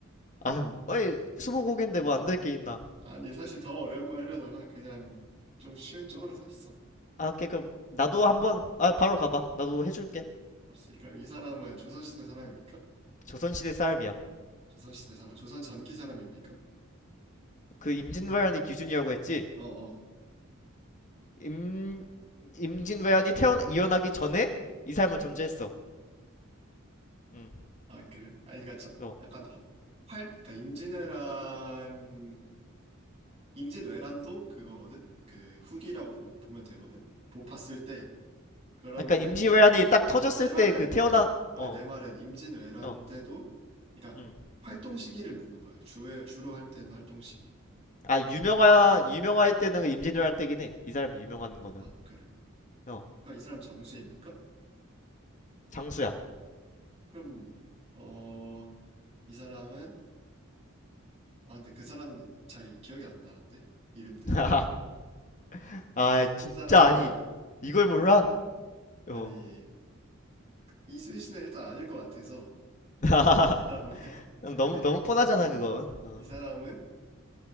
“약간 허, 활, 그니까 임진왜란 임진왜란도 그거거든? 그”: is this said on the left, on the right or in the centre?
Right